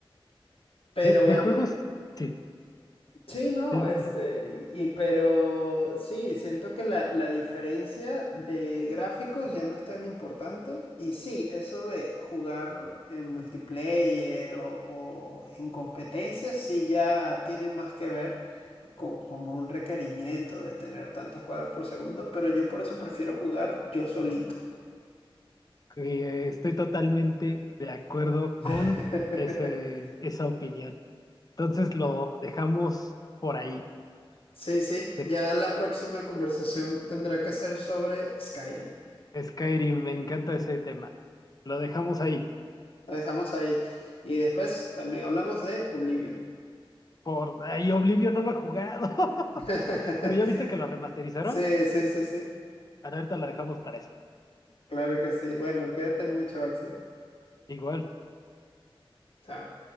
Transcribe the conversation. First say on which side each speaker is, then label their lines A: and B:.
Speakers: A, on the left; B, on the left.
A: Pero
B: De, de
A: bueno,
B: juegos, sí.
A: sí, no,
B: de- de-
A: este, y, y pero sí, siento que la, la diferencia de gráficos ya no es tan importante. Y sí, eso de jugar en multiplayer o, o en competencias, sí ya tiene más que ver con como un requerimiento de tener tantos cuadros por segundo, pero yo por eso prefiero jugar yo solito.
B: que estoy totalmente de acuerdo con
A: <laughs>
B: ese, esa opinión. Entonces lo dejamos por ahí.
A: Sí, sí,
B: Dej-
A: ya la próxima conversación tendrá que ser sobre Skyrim.
B: Skyrim, me encanta ese tema. Lo dejamos ahí.
A: Lo dejamos ahí. Y después también hablamos de Oblivion.
B: Por ahí Oblivion no lo he jugado. <laughs>
A: <laughs>
B: Pero ya viste que lo remasterizaron.
A: Sí, sí, sí, sí.
B: Alerta la dejamos para eso.
A: Claro que sí. Bueno, cuídate mucho, Axel.
B: Igual.
A: Chao.